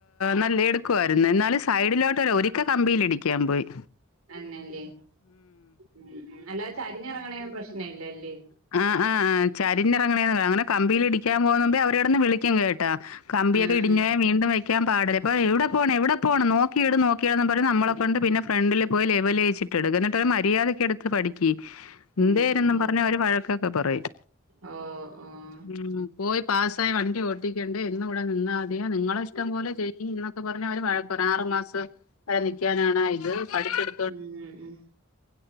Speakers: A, on the left; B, on the right.
A: നല്ല എടുക്കുവായിരുന്നു എന്നാലും സൈഡിലോട്ടൊരു ഒരിക്ക കമ്പിലിടിക്കാൻ പോയി.
B: തന്നെല്ലേ ഉം അല്ലാതെ ചരിഞ്ഞിറങ്ങണേൻ പ്രശ്ന ഇല്ലല്ലേ.
A: ആ ആ ചരിഞിറങ്ങനേന്ന് അങ്ങനെ കമ്പീല് ഇടിക്കാൻ പോകുന്നുമ്പേ അവര് കെടന്ന് വിളിക്കും കേ കമ്പിയൊക്കെ
B: ആഹ്
A: ഇടിഞ്ഞേ
B: ആഹ്
A: വീണ്ടും വെയ്ക്കാൻ പാടല ഇപ്പോ യെവിടെ പോണ് എവിടെ പോണ് നോക്കിയെട് നോക്കിയെട്ന്നും പറഞ്ഞ നമ്മളെക്കൊണ്ട് പിന്നെ ഫ്രണ്ടില് പോയി ലെവലേച്ചി എടുക്ക എന്നിട്ടൊരു മര്യാദക്കെടുത്ത് പഠിക്കി എന്തേരെന്നും
B: ഉം ഉം
A: പറഞ്ഞ് അവര് വഴക്കൊക്കെ പറയും.
B: ഓ ഉം.
A: ഉം പോയി പാസ്സായി വണ്ടി ഓട്ടിക്കണ്ടെ എന്നു വടെ നിന്നാതിയോ നിങ്ങളെ ഇഷ്ടം പോലെ ചെയ്യ്ന്ന് ന്നൊക്കെ പറഞ്ഞവര് വഴക്ക് പറ ആറുമാസം വരെ നീക്കാനാണ് ഇത് പഠിച്ചടു
B: ഉം ഉം